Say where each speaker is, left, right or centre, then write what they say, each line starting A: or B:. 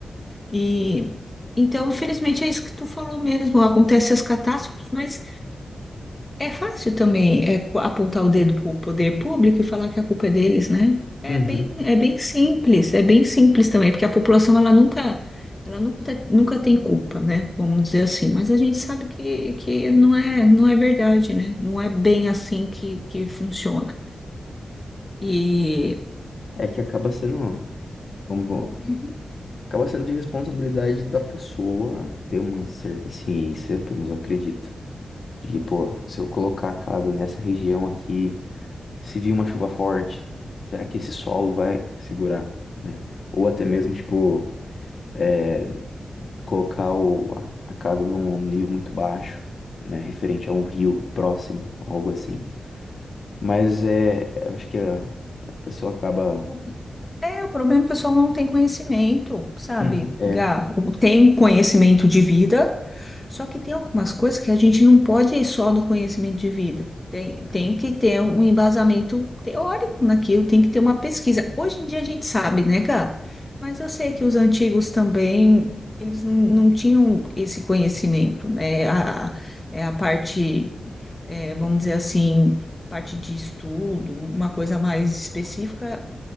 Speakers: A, on the left; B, on the left.
A: E então, infelizmente, é isso que tu falou mesmo. Acontecem as catástrofes, mas é fácil também é, co- apontar o dedo para o poder público e falar que a culpa é deles, né? É
B: uhum.
A: bem, é bem simples, é bem simples também, porque a população ela nunca, ela nunca, nunca tem culpa, né? Vamos dizer assim. Mas a gente sabe que, que não é, não é verdade, né? Não é bem assim que, que funciona. E
B: É que acaba sendo, vamos, vamos-
A: Uhum.
B: acaba sendo de responsabilidade da pessoa ter uma certa ciência, pelo menos eu acredito. De que, pô, se eu colocar a casa nessa região aqui... se vir uma chuva forte, será que esse solo vai segurar, né? Ou até mesmo, tipo, é, colocar o, a a casa num nível muito baixo, né? Referente a um rio próximo, algo assim. Mas é, eu acho que a, a pessoa acaba.
A: Opa. É, o problema é que o pessoal não tem conhecimento, sabe,
B: Hum. É,
A: Gá? Tem conhecimento de vida, Só que tem algumas coisas que a gente não pode ir só no conhecimento de vida. Tem, tem que ter um embasamento teórico naquilo, tem que ter uma pesquisa. Hoje em dia a gente sabe, né, Gá? Mas eu sei que os antigos também, eles não, não tinham esse conhecimento, né? A, é a parte, é, vamos dizer assim, parte de estudo, uma coisa mais específica,